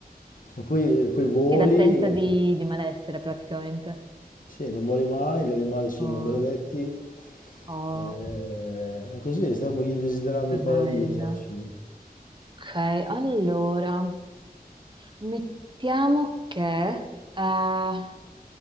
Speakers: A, on the left (about 60°); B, on the right (about 30°).
A: E poi, poi voli,
B: Sì, l'assenza di,
A: e-
B: di malessere praticamente.
A: sì, non muori mai, gli animali sono
B: Oh,
A: benedetti,
B: oh,
A: eh, è così, stiamo chi- desiderando
B: che
A: il
B: bello.
A: paradiso alla fine.
B: Ok, allora, mettiamo che eh,